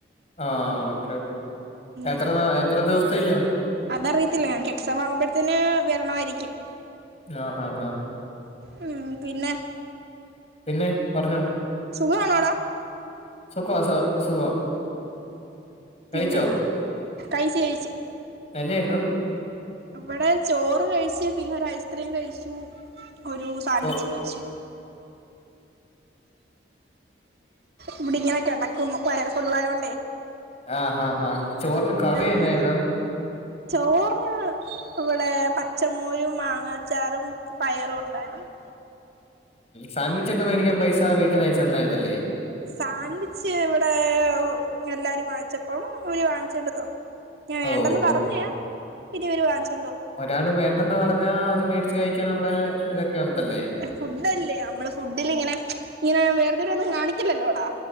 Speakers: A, on the left (about 35°); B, on the right (about 60°).
A: ആ ഓക്കേ ക്കേ എത്ര
B: അതെ
A: നാ എത്ര ദിവസത്തേക്കാ
B: അതറിയത്തില്ല ഞങ്ങക്ക് എക്സാമാവുമ്പഴത്തേന് വരണം ആരിക്കും
A: ആ ആ ആ
B: മ് പിന്നെ
A: പിന്നെ പറഞ്ഞോ
B: സുഖാണോടാ
A: <unintelligible>
B: പിന്നെ
A: കഴിച്ചോ
B: കഴിച്ച് കഴിച്ച്
A: നെന്നായിരുന്നു
B: വിടെ ചോറ് കയ്ച്ച് പിന്നെ ഒരായിസ്ക്രീം കഴിച്ചു ഒരു സാൻവിച്ചും
A: ചോ
B: കഴിച്ചു ഇവിടെ ഇങ്ങനെ കെടക്കുന്നു വയറ് ഫുള്ളായകൊണ്ടേ
A: ആ ഹാ ഹാ ചോറിനു കറിയെന്നായിരുന്നു?
B: വയ്യ ചോറിന് ഇവിടെ പച്ചമോരും മാങ്ങാച്ചാറും പയറുണ്ടാരുന്നു.
A: സാൻവിച്ചൊക്കെ മേടിക്കാൻ പൈസ വീട്ടീന്നയച്ചുതന്നരുന്നല്ലേ.
B: സാൻവിച്ച് ഇവിടെ എല്ലാരും വാച്ചപ്പം ഓല് വാങ്ങിച്ചോണ്ട് തന്നു ഞാ വേണ്ടെന്നു
A: ഓഹ് ഹോ
B: പറഞ്ഞയ ഇതിവരെ വാങ്ച്ച്
A: ഒരാള് വേണ്ടെ ന്നു പറഞ്ഞാ അത് മേടിച്ച് കഴിക്കാനുള്ള ഇതൊക്കെ ഉണ്ടല്ലേ
B: ഫുഡല്ലേ മ്മള് ഫുഡിലിങ്ങനെ ഇങ്ങനെ വെർ തിരിവൊന്നും കാണിക്കില്ലലോഡാ